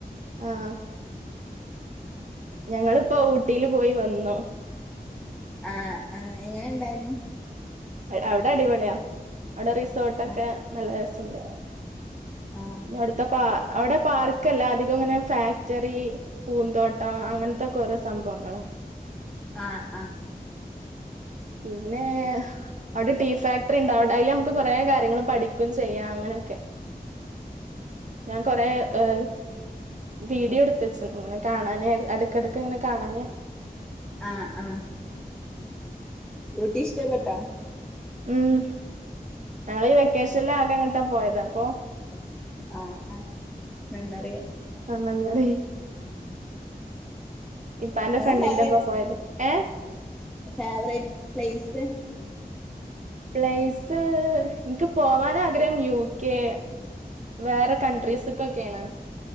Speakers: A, on the right; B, in the centre.
A: ആഹ്. ഞങ്ങള്പ്പോ ഊട്ടില് പോയി വന്നു.
B: ആഹ് ആഹ് എങ്ങനെണ്ടായിര്ന്ന്
A: അവിടെ അടിപൊളിയാ അവിടെ റിസോർട്ടൊക്കെ
B: ആ
A: നല്ല രസണ്ട്.
B: ആ
A: അവ്ട്ത്തെ പാ അവ്ടെ പാർക്കല്ല അധികങ്ങനെ ഫാക്ടറി പൂന്തോട്ടം അങ്ങൻത്തക്കോരോ സംഭവങ്ങളാ
B: ആഹ് ആഹ്.
A: പിന്നേ... അവ്ടെ ടീ ഫാക്ടറിണ്ടവ്ടെ അയില് നമ്മക്ക് കൊറേ കാര്യങ്ങള് പഠിക്കും ചെയ്യാ അങ്ങനൊക്കെ ഞാൻ കൊറേ ഏഹ് വീഡിയോട്ത്തെച്ച് ഇങ്ങനെ കാണാന് എടക്കെടക്ക്ങ്ങനെ കാണാന്
B: ആഹ് ആഹ്. ഊട്ടിഷ്ടപ്പെട്ടോ
A: ഉം ഞങ്ങളീ വെക്കേഷന്ല് ആകങ്ങട്ടാ പോയത് അപ്പോ
B: ആഹ് ആഹ് മെമ്മറീ
A: ആഹ് മെമ്മറീ ഇപ്പാന്റെ
B: അങ്ങനെ
A: ഫ്രണ്ടിന്റൊപ്പാ
B: ഫേവറേറ്റ്
A: പോയത് ഏഹ്
B: ഫേവറേറ്റ് പ്ലേസ്
A: പ്ലേസ് ഇന്ക്ക് പോവാനാഗ്രഹം യു കെ വേറെ കൺട്രീസ്ക്കൊകേണ്.